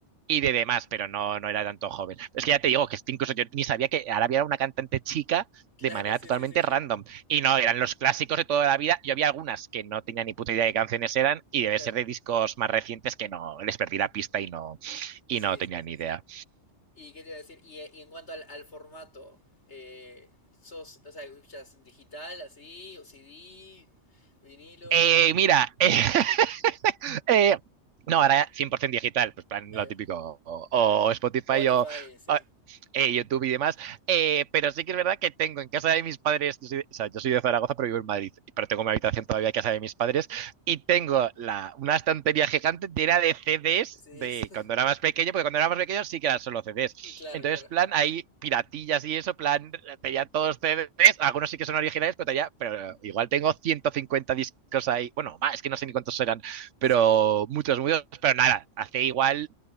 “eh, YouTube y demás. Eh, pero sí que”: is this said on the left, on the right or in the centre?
Right